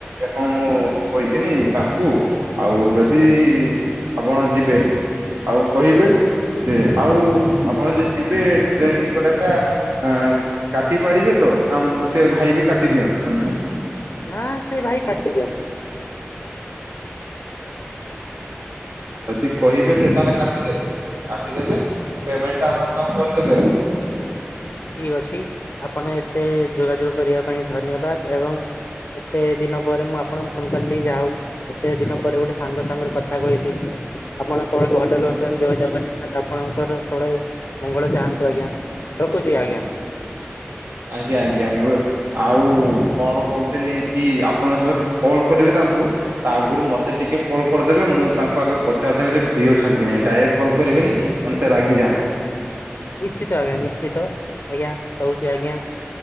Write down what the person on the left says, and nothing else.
ନାଁ ସେ ଭାଇ କାଟି ଦିଅନ୍ତି।
ଠିକ୍ ଅଛି ଆପଣ ଏତେ ଯୋଗାଯୋଗ କରିବା ପାଇଁ ଧନ୍ୟବାଦ ଏବଂ ଏତେ ଦିନ ପରେ ମୁଁ ଆପଣଙ୍କୁ ଫୋନ୍ କଲି ଯାହା ହଉ ଏତେ ଦିନ ପରେ ଗୋଟେ ସାଙ୍ଗ ସାଙ୍ଗରେ କଥା କହିଲି ଆପଣ ସବୁବେଳେ ଭଲରେ ରୁହନ୍ତୁ ଜୟ ଜଗନ୍ନାଥ ଆପଣଙ୍କର ସବୁବେଳେ ମଙ୍ଗଳ ଚାହାଁନ୍ତୁ ଆଜ୍ଞା ରଖୁଛି ଆଜ୍ଞା।
ନିଶ୍ଚିତ ଆଜ୍ଞା ନିଶ୍ଚିତ ଆଜ୍ଞା ରହୁଛି ଆଜ୍ଞା।